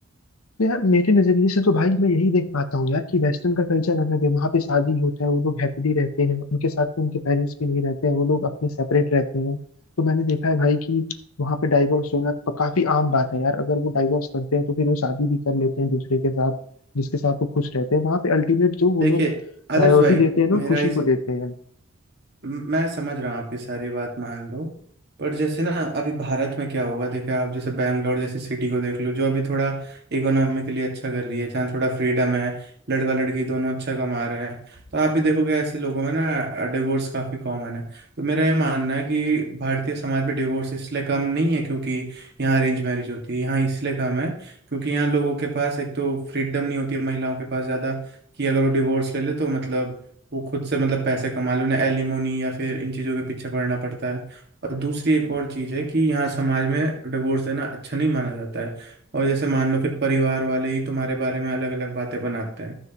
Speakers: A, on the left (about 80°); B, on the right (about 50°).
A: तो यार मेरे नजरिए से तो भाई मैं यही देख पाता हूँ यार कि वेस्टर्न का कल्चर अलग है वहाँ पे शादी होता है वो लोग हैप्पीली रहते हैं उनके साथ में उनके पेरेंट्स भी नहीं रहते हैं वो लोग अपने सेपरेट रहते हैं तो मैंने देखा है भाई कि वहाँ पे डाइवोर्स होना प- काफी आम बात है यार अगर वो डाइवोर्स करते हैं तो फिर वो शादी भी कर लेते हैं दूसरे के साथ जिसके साथ वो खुश रहते हैं वहाँ पे अल्टीमेट जो वो
B: देखिए
A: लोग प्रायोरिटी
B: आदर्श भाई
A: देते हैं ना वो
B: मेरा
A: खुशी को
B: इस
A: देते हैं
B: मैं समझ रहा हूँ आपकी सारी बात मान लो पर जैसे ना अभी भारत में क्या होगा देखे आप जैसे बैंगलोर जैसी सिटी को देख लो जो अभी थोड़ा इकोनॉमिकली अच्छा कर रही है जहाँ थोड़ा फ्रीडम है लड़का लड़की दोनों अच्छा कमा रहे हैं तो आप भी देखोगे ऐसे लोगों में ना डिवोर्स काफी कॉमन है तो मेरा ये मानना है कि भारतीय समाज में डिवोर्स इसलिए कम नहीं है क्योंकि यहाँ अरेंज मैरिज होती है यहाँ इसलिए कम है क्योंकि यहाँ लोगों के पास एक तो फ्रीडम नहीं होती है महिलाओं के पास ज़्यादा कि अगर वो डिवोर्स ले ले तो मतलब वो खुद से मतलब पैसे कमा ले उन्हें एलिमोनी या फिर इन चीज़ों के पीछे पड़ना पड़ता है और दूसरी एक और चीज़ है कि यहाँ समाज में डिवोर्स देना अच्छा नहीं माना जाता है और जैसे मान लो फिर परिवार वाले ही तुम्हारे बारे में अलग अलग बातें बनाते हैं